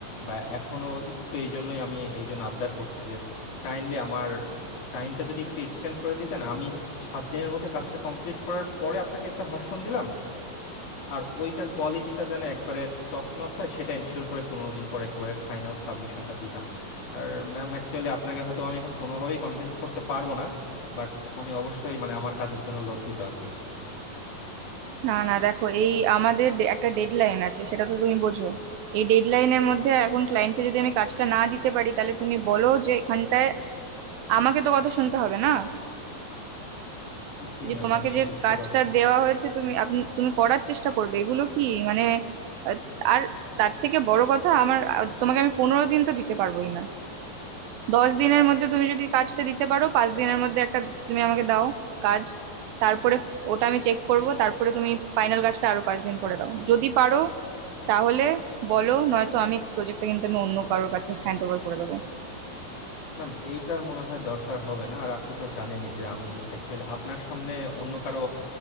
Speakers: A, on the left; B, on the right.
A: বা এখনো একটু এই জন্যই আমি এই জন্য আবদার করছি যে কাইন্ডলি আমার টাইমটা যদি একটু এক্সটেন্ড করে দিতেন আমি সাত দিনের মধ্যে কাজটা কমপ্লিট করার পরে আপনাকে একটা ভার্সন দিলাম আর ওইটার কোয়ালিটিটা যেন একবারে টপ নচ হয় সেটা এনশিওর করে পনেরো দিন পর একেবারে ফাইনাল সাবমিশনটা দিতাম আর ম্যাম অ্যাকচুয়ালি আপনাকে হয়তো আমি এখন কোনোভাবেই কনভিন্স করতে পারবো না বাট আমি অবশ্যই মানে আমার কাজের জন্য লজ্জিত আর কি
B: না না দেখো এই আমাদের ডে- একটা ডেডলাইন আছে সেটা তো তুমি বোঝো এই ডেডলাইনের মধ্যে এখন ক্লায়েন্টকে যদি আমি কাজটা না দিতে পারি তাহলে তুমি বলো যে এখানটায় আমাকে তো কথা শুনতে হবে না
A: জি
B: যে
A: ম্যাম
B: তোমাকে
A: আমিও
B: যে
A: বুঝতে
B: কাজটা
A: পারছি
B: দেওয়া হয়েছে তুমি আপনি তুমি করার চেষ্টা করবে এগুলো কি মানে আহ, আর তার থেকে বড় কথা আমার আহ, তোমাকে আমি পনেরো দিন তো দিতে পারবোই না দশ দিনের মধ্যে তুমি যদি কাজটা দিতে পারো পাঁচ দিনের মধ্যে একটা তুমি আমাকে দাও কাজ তারপরে ওটা আমি চেক করব তারপরে তুমি ফাইনাল কাজটা আরো পাঁচ দিন পরে দাও যদি পারো তাহলে বলো নয়তো আমি প্রজেক্টটা কিন্তু আমি অন্য কারোর কাছে হ্যান্ড ওভার করে দেবো
A: ম্যাম এইটার মনে হয় দরকার হবে না আর আপনি তো জানেনই যে আমি অ্যাকচুয়ালি আপনার সামনে অন্য কারো